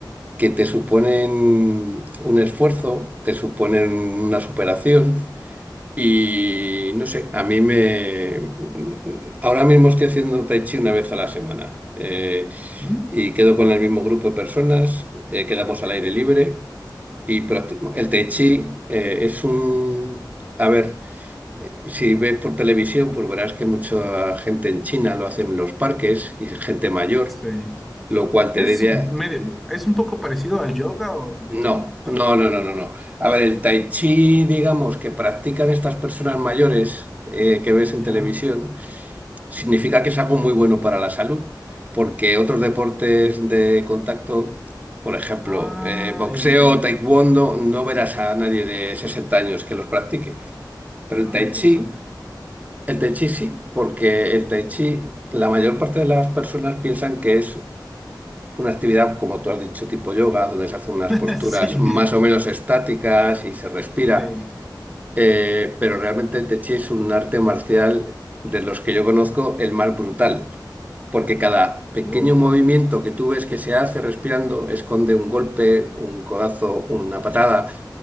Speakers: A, on the right; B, in the centre.
A: que te suponen un esfuerzo, te suponen una superación y no sé, a mí me... Ahora mismo estoy haciendo tai chi una vez a la semana eh,
B: ¿Mm?
A: y quedo con el mismo grupo de personas, eh, quedamos al aire libre y practi- el tai chi eh, es un... A ver. Eh, Si ves por televisión, pues verás que mucha gente en China lo hace en los parques y gente mayor,
B: Sí.
A: lo cual te
B: Es
A: diría,
B: un medio, es un poco parecido al yoga o me
A: No,
B: estoy inventando,
A: no, no, no, no, no. A ver, el tai chi, digamos, que practican estas personas mayores eh, que ves en
B: ¿ya?
A: televisión, significa que es algo muy bueno para la salud, porque otros deportes de contacto, por ejemplo,
B: Ah,
A: eh, boxeo,
B: ya, ya, ya.
A: taekwondo, no verás a nadie de 60 años que los practique. Pero el
B: Ah,
A: tai
B: interesante.
A: chi El tai chi sí, porque el tai chi, la mayor parte de las personas piensan que es una actividad, como tú has dicho, tipo yoga, donde se hacen unas
B: <laughs>
A: posturas
B: Sí,
A: más o menos estáticas y se respira,
B: sí.
A: Eh, pero realmente el tai chi es un arte marcial de los que yo conozco el más brutal, porque cada pequeño
B: Oh,
A: movimiento que tú ves que se hace respirando esconde un golpe, un codazo, una patada.